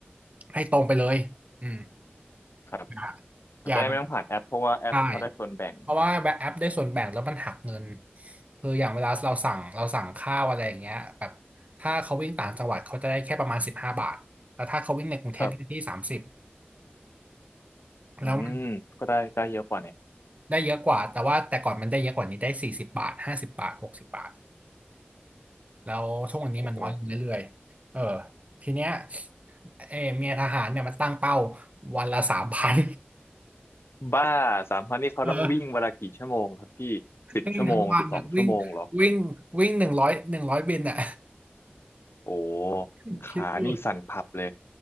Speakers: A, on the right; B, on the left.
A: ให้ตรงไปเลยอืม
B: ครับ
A: อย่า
B: อาจจะได้ไม่ต้องผ่านแอปเพราะว่าแอปเขาได้ส่วนแบ่ง
A: อย่าแบบใช่เพราะว่าแบบแอปได้ส่วนแบ่งแล้วมันหักเงินคืออย่างเวลาเราสั่งเราสั่งข้าวอะไรอย่างเงี้ยแบบถ้าเขาวิ่งต่างจังหวัดเขาจะได้แค่ประมาณสิบห้าบาทแต่ถ้าเขาวิ่งในกรุงเทพได้ที่สามสิบ
B: ครับอืมก็ได้ได้เยอะกว่าเนี่ย
A: แล้วมันได้เยอะกว่าแต่ว่าแต่ก่อนมันได้เยอะกว่านี้ได้สี่สิบบาทห้าสิบบาทหกสิบบาทแล้วทุกวันนี้มันน้อยลงเรื่อยๆเออ
B: โอ้โห
A: ทีเนี้ยเออเมียทหารเนี่ยมันตั้งเป้าวันละสามพัน
B: บ้าสามพันนี่เขาต้องวิ่งเวลากี่ชั่วโมงครับพี่สิบชั่วโมงสิบสองชั่วโมงเหรอ
A: เออวิ่งทั้งวันอ่ะวิ่งวิ่งวิ่งหนึ่งร้อยหนึ่งร้อยบินอ่ะ
B: โอ้
A: <laughs>
B: ขานี่สั่นพับเลย
A: คิดดู